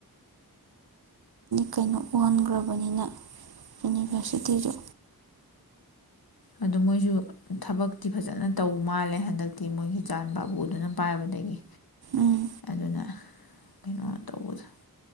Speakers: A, on the right (about 70°); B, on the left (about 70°).
A: ꯀꯩꯅꯣ ꯑꯣꯍꯟꯈ꯭ꯔꯕꯅꯤꯅ ꯌꯨꯅꯤꯚꯔꯁꯤꯇꯤꯗ
B: ꯑꯗꯨ ꯃꯣꯏꯁꯨ ꯊꯕꯛꯇꯤ ꯐꯖꯅ ꯇꯧ ꯃꯥꯜꯂꯦ ꯍꯟꯗꯛꯇꯤ ꯃꯣꯏꯒꯤ ꯏ ꯆꯥꯟ ꯕꯥꯕꯨ ꯑꯗꯨꯅ ꯄꯥꯏꯕꯗꯒꯤ
A: ꯎꯝ
B: ꯑꯗꯨꯅ ꯀꯩꯅꯩꯅ ꯋꯥ ꯇꯧꯕ